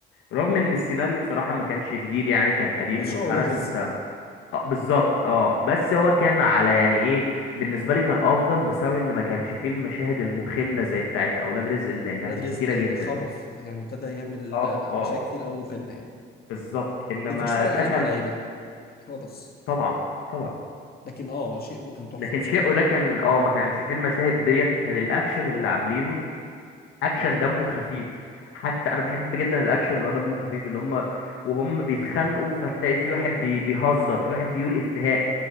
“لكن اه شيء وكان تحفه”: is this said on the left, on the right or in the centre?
Left